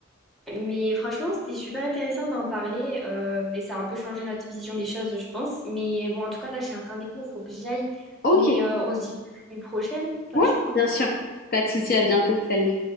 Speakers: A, in the centre; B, on the left.
A: mais franchement, c'était super intéressant d'en parler euh, et ça a un peu changé notre vision des choses, je pense. Mais bon, en tout cas, là, j'ai un rendez-vous, il faut que j'aille.
B: Ok,
A: Mais euh, on se dit peut-être une prochaine. Enfin,
B: ouais,
A: du coup.
B: bien sûr. Pas de souci, à bientôt, salut.